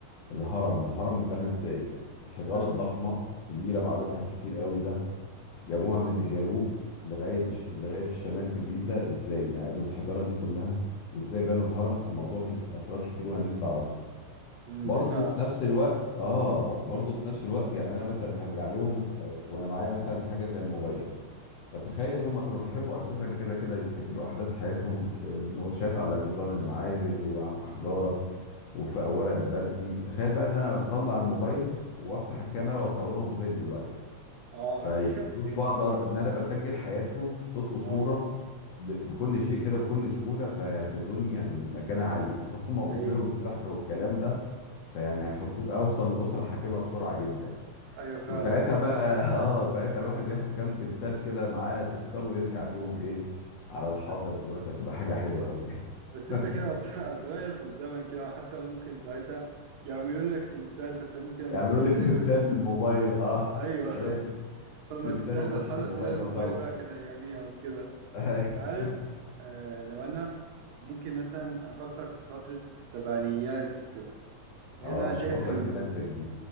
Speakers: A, on the left; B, on the right.
A: الهرم الهرم اتبنى ازاي الحجارة
B: امم
A: الضخمة الكبيرة بعددها الكتير قوي ده جابوها من الجنوب لغاية الش... لغاية الشمال في الجيزة ازاي نقلوا الحجارة دي كلها وازاي بنوا الهرم الموضوع فيه اسرار كتير وانا نفسي اعرفها
B: امم
A: برضه
B: دي فعلا
A: في نفس الوقت اه برضه في نفس الوقت يعني انا مثلا هرجع لهم آه، وانا معايا مثلا حاجة زي الموبايل فتخيل هم كانوا بيحبوا اساسا كده كده يسجلوا احداث حياتهم آه، بنقوشات على جدران المعابد وعلى الاحجار وفي اوراق البردي تخيل بقى ان انا اطلع الموبايل وافتح الكاميرا واصورهم فيديو لايف
B: اه
A: فيشوفوني
B: دي
A: بقدر ان انا بسجل حياتهم صوت
B: <laughs>
A: وصورة
B: اه
A: ب- بكل شيء كده بكل سهولة فيعتبروني يعني مكانة عالية <laughs> هم بيؤمنوا
B: ايوه
A: بالسحر والكلام ده فيعني هيحطوك اوصل لأسرة حاكمة بسرعة جدا
B: ايوه فعلا
A: وساعتها بقى <laughs> اه ساعتها الواحد ياخد كام تمثال كده معاه تذكار ويرجع بيهم ايه على الحاضر
B: لا
A: دلوقتي هتبقى حاجة حلوة قوي
B: بس
A: <laughs>
B: انت كده هت- هتغير في الزمن كده حتى ممكن ساعتها يعملوا لك تمثال فانت ممكن لما
A: يعملوا
B: تنتقل
A: لي تمثال
B: للح...
A: بالموبايل اه
B: ايوه <laughs>
A: تلاقي في
B: فما
A: تمثال
B: تنتقل
A: وماسك
B: بالحضر
A: الموبايل
B: تلاقي
A: بصور
B: الموبايل بقى كان اياميها وكده
A: <laughs>
B: عارف آه لو انا ممكن مثلا افكر في فترة السبعينيات وكده لان
A: اه
B: انا شايف
A: الفترة الكلاسيك دي